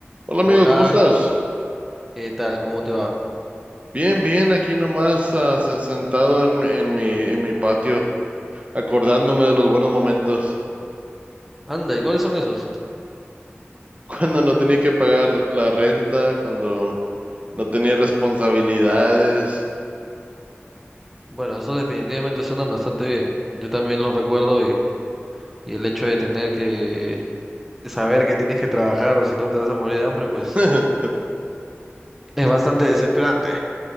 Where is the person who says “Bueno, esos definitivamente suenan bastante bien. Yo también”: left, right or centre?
Centre